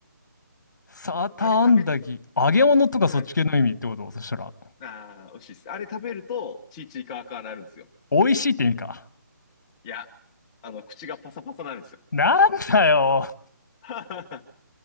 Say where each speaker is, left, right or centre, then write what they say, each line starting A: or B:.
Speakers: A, on the left; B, on the left.
A: サーターアンダギー。
B: あれ食べ、
A: 揚げ物とかそっち系の意味ってことそしたら。
B: はい。あー、美味しいです。あれ食べると、チーチーカーカーなるんですよ。
A: 美味しいって意味か。
B: いや、あの、口がパサパサなるんですよ。
A: なんだよ。
B: <laughs>